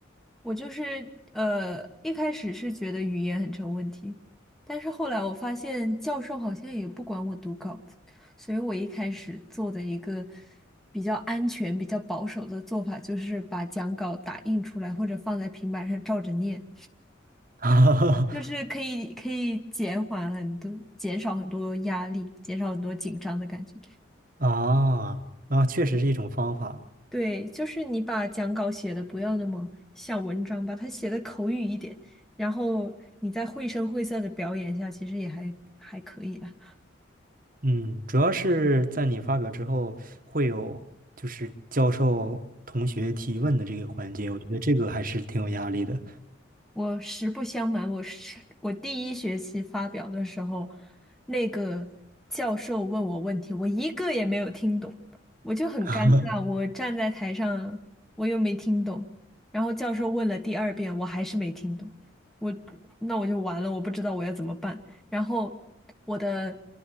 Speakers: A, in the centre; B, on the right.
A: 我就是呃，一开始是觉得语言很成问题，但是后来我发现教授好像也不管我读稿子，所以我一开始做的一个比较安全、比较保守的做法，就是把讲稿打印出来或者放在平板上照着念，
B: <laughs>
A: 就是可以可以减缓很多、减少很多压力，减少很多紧张的感觉。
B: 啊啊，确实是一种方法。
A: 对，就是你把讲稿写的不要那么像文章，把它写的口语一点，然后你再绘声绘色的表演一下，其实也还还可以啦。
B: 嗯，主要是在你发表之后，会有就是教授同学提问的这个环节，我觉得这个还是挺有压力的
A: 我实不相瞒，我是我第一学期发表的时候，那个教授问我问题，我一个也没有听懂，我就很尴尬。
B: <laughs>。
A: 我站在台上，我又没听懂，然后教授问了第二遍，我还是没听懂，我那我就完了，我不知道我要怎么办。然后我的